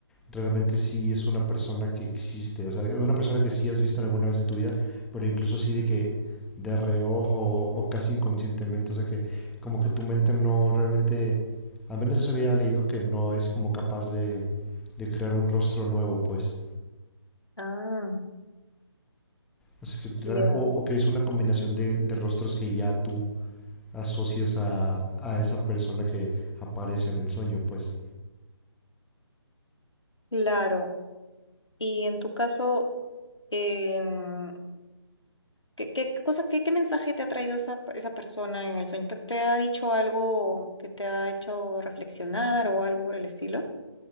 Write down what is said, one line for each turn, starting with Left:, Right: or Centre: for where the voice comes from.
Centre: realmente sí es una persona que existe, o sea, una persona que sí has visto alguna vez en tu vida, pero incluso así de que de reojo o, casi inconscientemente, o sea, que como que tu mente no realmente, al menos eso había leído, que no es como capaz de, de crear un rostro nuevo, pues.
Left: Ah,
Centre: O sea, que, tra-
Left: ya.
Centre: o, o que es una combinación de, de rostros que ya tú asocias a, a esa persona que aparece en el sueño, pues.
Left: Claro. Y en tu caso... Em, ¿qué, qué- qué cosa, qué, qué mensaje te ha traído esa, esa persona en el sueño? ¿Te, te ha dicho algo que te ha hecho reflexionar o algo por el estilo?